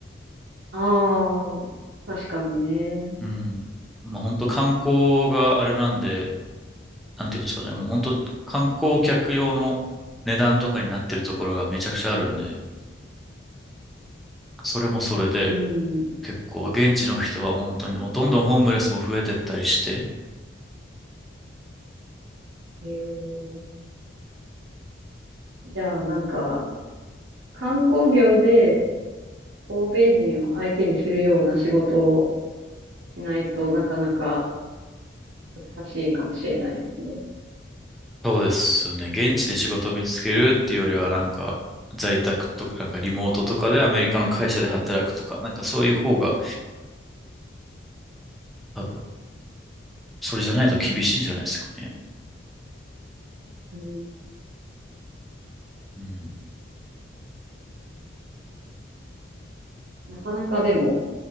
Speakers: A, on the right (about 60°); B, in the centre.
A: ああ、確かにね。
B: うん。まあ本当観光があれなんで、なんていうんですかね、もう本当観光客用の値段とかになってるところがめちゃくちゃあるんで、それもそれで
A: うん。
B: 結構現地の人は本当にもうどんどんホームレスも増えてったりして、
A: へえ。じゃあ、なんか、観光業で欧米人を相手にするような仕事をしないとなかなか難しいかもしれないですね。
B: そうですよね、現地で仕事を見つけるっていうよりはなんか在宅とか、なんかリモートとかでアメリカの会社で働くとか、なんかそういう方が多分、それじゃないと厳しいんじゃないですかね。
A: うん、
B: うん。
A: なかなかでも、